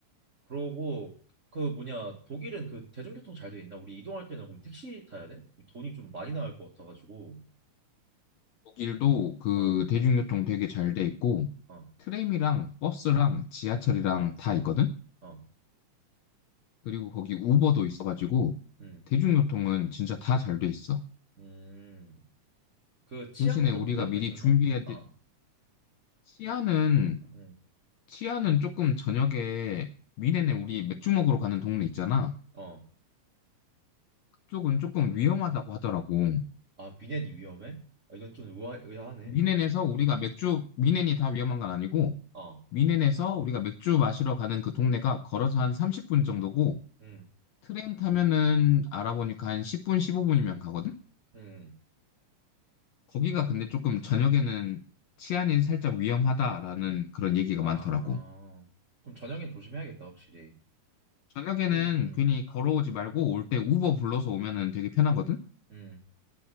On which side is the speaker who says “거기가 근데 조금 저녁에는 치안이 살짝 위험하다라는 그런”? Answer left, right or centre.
Left